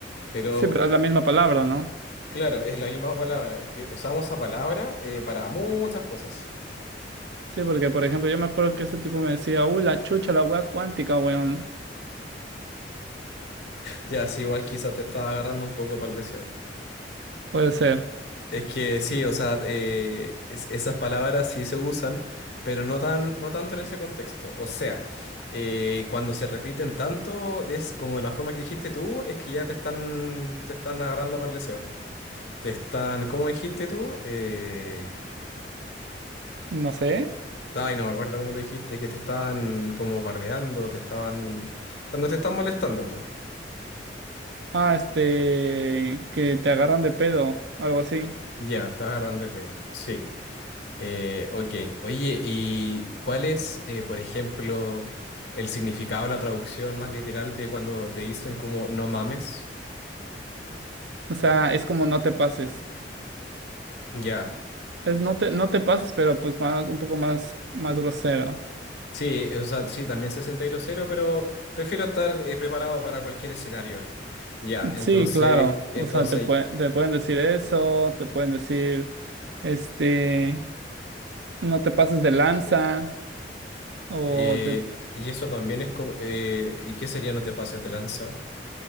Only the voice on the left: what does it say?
Pero,
Claro, es la misma palabra. Es que usamos esa palabra eh, para muchas cosas.
Ya, sí, igual quizá te estaba agarrando un poco para el deseo.
Es que sí, o sea, eh, es- esas palabras sí se usan, pero no tan, no tanto en ese contexto. O sea, eh, cuando se repiten tanto, de es- como de la forma que dijiste tú, es que ya te están, te están agarrando para el deseo. Te están, ¿cómo dijiste tú? Eh,
ay, no me acuerdo cómo lo dijiste, que te estaban como bardeando, te estaban, cuando te están molestando, pues.
Ya, estás agarrando de pedo. Sí. Eh, ok. Oye, ¿y cuál es, eh, por ejemplo, el significado, la traducción más literal de cuando te dicen como no mames?
Ya.
Sí, o sea, sí, también se siente grosero, pero prefiero estar eh, preparado para cualquier escenario. Ya, entonces,
entonces,
eh,
y eso también es como, eh, ¿y qué sería no te pases de lanza?